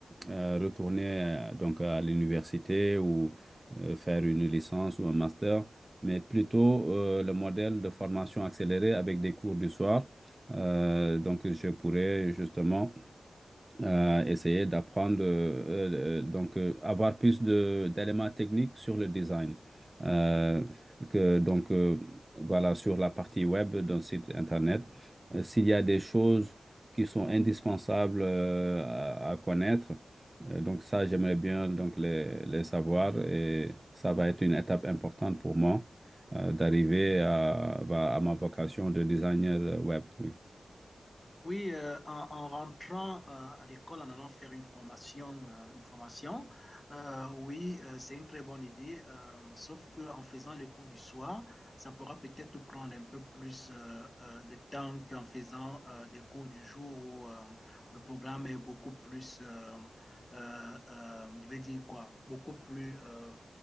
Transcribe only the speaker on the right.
euh, retourner euh, donc à l'université ou euh, faire une licence ou un master, mais plutôt euh, le modèle de formation accélérée avec des cours du soir. Euh, donc, je pourrais justement à essayer d'apprendre, euh, euh, donc euh, avoir plus de d'éléments techniques sur le design. Euh, que, donc euh, voilà, sur la partie web d'un site Internet, Euh, s'il y a des choses qui sont indispensables euh, à, à connaître, euh, donc ça, j'aimerais bien donc les, les savoir et ça va être une étape importante pour moi euh, d'arriver à, bah, à ma vocation de designer web. Oui.